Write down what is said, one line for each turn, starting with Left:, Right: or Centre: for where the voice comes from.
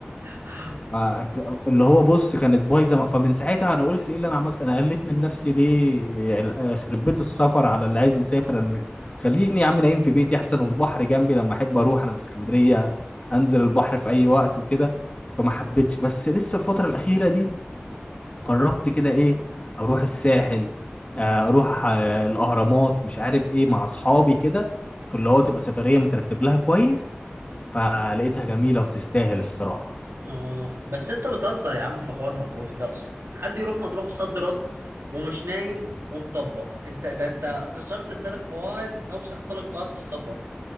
Right: <gasps>
Left: ما- ك- اللي هو بص كانت بايظه فمن ساعتها انا قلت ايه اللي انا عملته انا قلت من نفسي ليه يعني خرب بيت السفر على اللي عايز يسافر انا م- خليني يا عم نايم في بيتي احسن والبحر جنبي لما احب اروح انا في اسكندريه انزل البحر في اي وقت وكده فما حبيتش بس لسه الفتره الاخيره دي قربت كده ايه اروح الساحل آه، اروح آه، الاهرامات مش عارف ايه مع اصحابي كده في اللي هو تبقى سفريه مترتب لها كويس فلقيتها جميله وتستاهل الصراحه
Right: اه بس انت بتهزر يا عم في حوار مطروح ده اصلا حد يروح مطروح صد رد ومش نايم ومطبق انت ده انت كسرت الثلاث قواعد اوسخ ثلاث قواعد في السفر